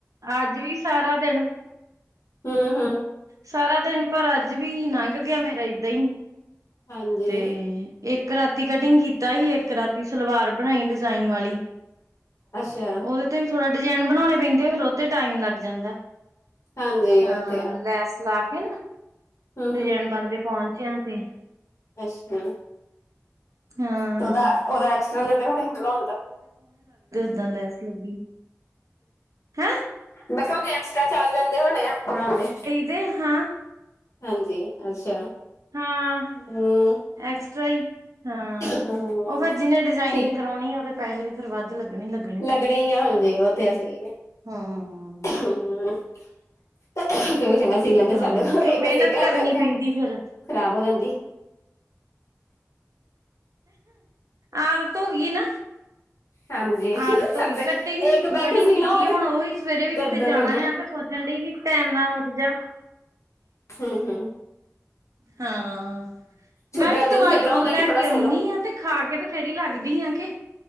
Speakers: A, on the right (about 85°); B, on the left (about 65°).
A: ਅੱਜ ਵੀ ਸਾਰਾ ਦਿਨ।
B: ਹੂੰ ਹੂੰ
A: ਸਾਰਾ ਦਿਨ ਪਰ ਅੱਜ ਵੀ ਨੰਗ ਗਿਆ ਮੇਰਾ ਏਦਾਂ ਹੀ
B: ਹਾਂਜੀ
A: ਤੇ ਇੱਕ ਰਾਤੀ ਕਟਿੰਗ ਕੀਤਾ ਈ ਇੱਕ ਰਾਤੀ ਸਲਵਾਰ ਬਣਾਈ ਡਿਜ਼ਾਇਨ ਵਾਲੀ।
B: ਅਸ਼ਾ
A: ਉਹਦੇ ਤੇ ਵੀ ਥੋੜ੍ਹਾ ਡਿਜ਼ਾਈਨ ਬਣਾਉਣੇ ਪੈਂਦੇ ਫਿਰ ਓਤੇ ਟਾਈਮ ਲੱਗ ਜਾਂਦਾ।
B: ਹਾਂਜੀ
A: ਹਾਂ,
B: ਉਹ ਤੇ ਆ
A: ਲੈਸ ਲਾ ਕੇ ਨਾ
B: ਹਮ
A: ਡਿਜ਼ਾਇਨ
B: ਹਮ
A: ਬਣਦੇ ਪਹੁੰਚਿਆਂ ਤੇ।
B: ਅੱਛਾ।
A: ਹਾਂ
B: ਤਾਂ ਉਹਦਾ-ਉਹਦਾ ਐਕਸਟਰਾ ਲੈਂਦੇ ਹੁਣੇ, ਬਣਾਉਣ ਦਾ?
A: ਜਿਦਾਂ ਲੈਸ ਲੱਗੀ, ਹੈਂ?
B: ਮੈਂ ਕਿਆ ਉਹਦੇ ਐਕਸਟਰਾ ਚਾਰਜ ਲੈਂਦੇ ਹੋਣੇ ਆ, ਬਣਾਉਣ ਦੇ?
A: ਉਦੇ, ਹਾਂ।
B: ਹਾਂਜੀ, ਅੱਛਾ,
A: ਹਾਂ
B: ਹੂੰ।
A: ਐਕਸਟਰਾ ਈ ਹਾਂ,
B: ਹਮ,
A: ਉਹ ਫੇਰ ਜਿਹਨੇ ਡਿਜ਼ਾਇਨਿੰਗ
B: ਠੀਕ
A: ਕਰਵਾਉਣੀ ਹੈ, ਉਹਦੇ ਪੈਸੇ ਤੇ ਫੇਰ ਵੱਧ ਉਹ ਲੱਗਣੇ-ਲੱਗਣੇ।
B: ਲੱਗਣੇ ਈ ਆ ਹੁੰਦੇ, ਉਹ ਤੇ ਆਹ ਸਈ ਹੈ।
A: ਹਮ
B: ਹੂੰ। ਫੇਰ ਵੀ ਚੰਗਾ ਸੀ, ਲੈਂਦੇ
A: ਹਾਂ
B: ਸਾਡੇ ਕੋਲ
A: ਕਿਉਂ
B: ਇੱਕ
A: ਮਿਹਨਤ
B: ਸੀ ਕੇਂਦੇ
A: ਕਰਨੀ
B: ਉੱਥੇ,
A: ਪੈਂਦੀ ਫਿਰ
B: ਖ਼ਰਾਬ ਹੋ ਜਾਂਦੀ।
A: ਆਦਤ ਹੋਗੀ ਏ ਨਾ?
B: ਹਾਂਜੀ
A: ਆਦਤ
B: ਸਾਡੇ
A: ਹੋ ਗਈ, ਕਟਿਗ,
B: ਇੱਕ ਬਹਿ
A: ਕਟਿੰਗ
B: ਕੇ ਸੀਣਾ
A: ਕੀਤੀ
B: ਹੋਵੇ
A: ਏ,
B: ਤੇ
A: ਹੁਣ ਉਹੀ ਸਵੇਰੇ ਵੀ
B: ਗਰਦਨ
A: ਕਿਤੇ ਜਾਣਾ
B: ਉਰਦਨ
A: ਆ ਤੇ ਸੋ ਕਹਿੰਦੀ ਕਿ ਟੈਮ ਨਾਲ ਉੱਠ ਜਾ।
B: ਹੂੰ-ਹੂੰ।
A: ਹਾਂ।
B: ਛੁੱਟੀ
A: ਮੈਂ ਵੀ
B: ਵਾਲੇ ਦਿਨ
A: ਦਵਾਈ
B: ਫੇਰ ਤਰ੍ਹਾਂ ਹੁੰਦਾ
A: ਲੈ
B: ਕਿ ਥੋੜਾ
A: ਕੇ ਆਉਣੀ
B: ਸੋਲੋ
A: ਆਂ, ਤੇ ਖਾ ਕੇ ਤੇ ਫੇਰ ਈ ਲੱਗਦੀ ਆ ਕੇ।